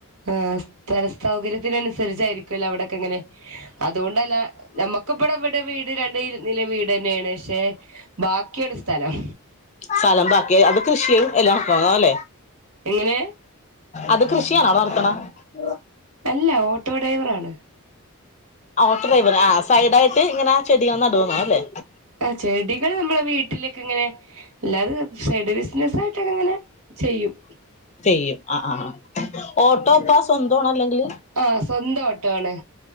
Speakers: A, on the right; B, on the left.
A: ആ സ്ഥല സൗകര്യത്തിന് അനുസരിച്ചായിരിക്കുംല്ലോ അവിടൊക്കെ അങ്ങനെ അതുകൊണ്ടല്ല, നമ്മുക്കിപ്പടെ ഇവിടെ വീട് രണ്ട് ഇരു നില വീട് തന്നെയാണ് പക്ഷെ ബാക്കിയാണ് സ്ഥലം.
B: സ്ഥലം ബാക്കി അത് കൃഷി എല്ലാം കാണു അല്ലേ?.
A: എങ്ങനെ
B: അത് കൃഷിയണോ നടത്തണ ങ്ങ
A: അല്ല ഓട്ടോ ഡ്രൈവർ ആണ്.
B: ആ ഓട്ടോ ഡ്രൈവർ ആ സൈഡായിട്ട് ഇങ്ങനെ ആ ചെടികൾ നടുവന്നോ അല്ലേ
A: ആ ചെടികൾ നമ്മളെ വീട്ടിലേക്കെ ഇങ്ങനെ അല്ലാതെ സൈഡ ബിസിനസ് ആയിട്ടൊക്കെ ഇങ്ങനെ ചെയ്യും.
B: ചെയ്യും ആ ആ ഓട്ടോ പാസ് എന്തോണ അല്ലെങ്കിൽ
A: ആഹ് സ്വന്തം ഓട്ടോ ആണ്